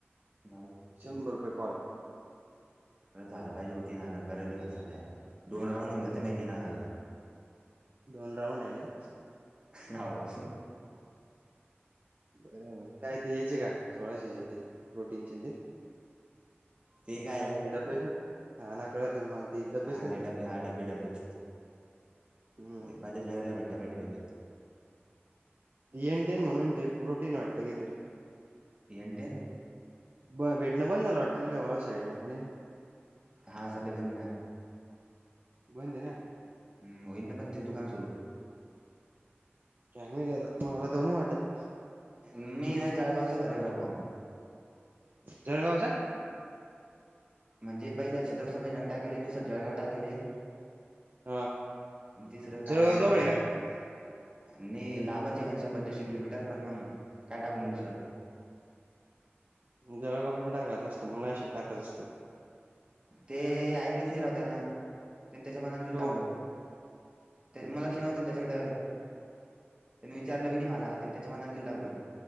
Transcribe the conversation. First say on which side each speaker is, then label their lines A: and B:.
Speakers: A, on the right; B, on the right.
A: बाघू.
B: शंभर रुपये कॉल.
A: खरं झालं पाहिजे ब तीन हजार गरज दि ग सध्या दोन राऊंड होन जातं माये तीन हजारनं.
B: दोन राऊंड आहे ना.
A: यावु
B: बर आहे मण काय ते यायचे का सोळाशेचें ते प्रोटीनचें ते
A: ते कायला
B: ते डब्बेच ना हो ना कळलं ना मला ते डब्बेच
A: हा
B: ना
A: ते डबे हा डब्बे डब्बेच
B: हम्म
A: ते बद्रेज नगरला भेटतात पाहाय ते डबे.
B: एनडीन म्हणून ते प्रोटीन वाटतं काहीतरी.
A: एन्टेन
B: ब भेटण बंद झालं वाटतं त वाळूज साईडला का नाही
A: हां सध्या बंद ये ना
B: बंद ये ना
A: हं होईल ना पण ते दुकान सुरू
B: काय माहीत आता मला तर नाही वाटत
A: मी ये ना जळगावचा भरेल राव फॉर्म
B: जळगावचा
A: म्हणजे पहिले छत्रसभाजी नगर टाकेले दुसरे जळगाव टाकेले
B: हा
A: आणि तिसरं
B: जळगाव
A: काय काय माहीत
B: जवळ
A: लक्षात
B: का?
A: नाही आहे राव नाही लांबाचे घन शंभर दीडशे किलोमीटर पण मग काय टाकू मग दुसरं
B: जळगाव नाही टाकाचं असतं मग नाशिक टाकाच असतं
A: ते ऐकलेच नाही राव त्यान त्यांनी त्याच्या मनान दिल
B: हो
A: टाकून मा लक्ष नव्हत त्याच्याकडे त्यांनी विचार मला त्यां त्याच्या मनानं दिल टाकून